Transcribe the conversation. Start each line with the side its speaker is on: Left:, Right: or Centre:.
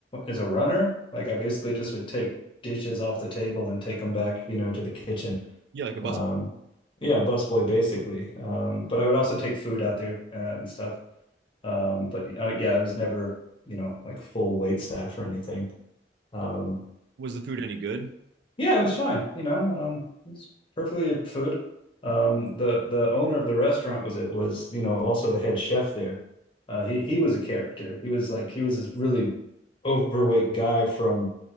Left: as a runner. Like I basically just would take dishes off the table and take them back, you know, to the kitchen.
Right: Yeah, like a bus.
Left: Um, yeah, busboy basically. Um, but I would also take food out there uh, and stuff. Um, but uh, yeah, I was never, you know, like full wait staff or anything. Um,
Right: Was the food any good?
Left: yeah, it was fine. You know, um, it was perfectly good food. Um, the the owner of the restaurant was it was you know also the head chef there. Uh, he he was a character. He was like he was this really overweight guy from